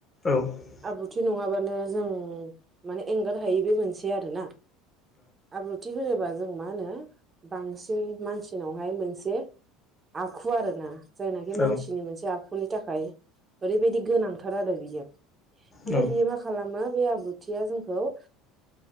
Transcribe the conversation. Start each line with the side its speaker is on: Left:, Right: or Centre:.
Left: ओ औ
Right: आब्रुथि न ङाबानो जों माने एंगार हायि बे मोनसे आरोना। आब्रुथि होनोबा जों मा होनो बांसिन मान सिनावहाय मोनसे आखु आरो ना जायनाखि मानसिनि
Left: औ
Right: मोनसे आखु नि थाखाय ओरैबायदि गोनांथार आरो बियो। ओमफ्राय
Left: औ
Right: बियो मा खालामो बे आब्रुथिया जोंखौ ओ